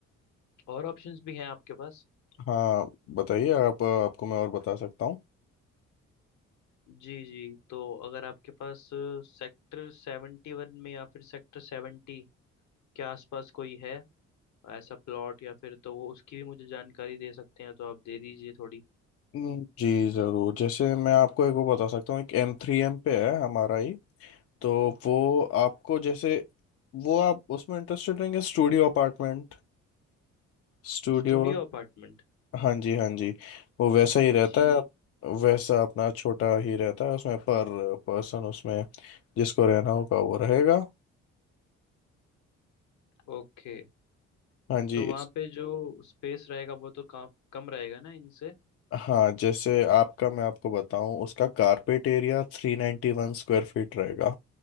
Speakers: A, on the left (about 70°); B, on the left (about 50°).
A: और ऑप्शंस भी हैं आपके पास
B: हाँ बताइए आप आपको मैं और बता सकता हूँ
A: जी जी तो अगर आपके पास सेक्टर सेवेंटी वन में या फिर सेक्टर सेवेंटी के आसपास कोई है ऐसा प्लॉट या फिर तो वो उसकी भी मुझे जानकारी दे सकते हैं तो आप दे दीजिए थोड़ी
B: हम्म, जी ज़रूर जैसे मैं आपको एक वो बता सकता हूँ एक एम थ्री एम पे है हमारा ही तो वो आपको जैसे वो आप उसमें इंटरेस्टेड रहेंगे स्टूडियो अपार्टमेंट स्टूडियो
A: Studio apartment
B: हाँ जी हाँ जी वो वैसा ही रहता
A: जी
B: है वैसा अपना छोटा ही रहता है उसमें पर पर्सन उसमें जिसको रहना होगा वो रहेगा
A: ओके
B: हाँ जी
A: तो वहाँ
B: इस-
A: पे जो स्पेस रहेगा वो तो का, कम रहेगा ना इनसे
B: हाँ जैसे आपका मैं आपको बताऊं उसका कारपेट एरिया थ्री नाइन्टी वन स्क्वायर फीट रहेगा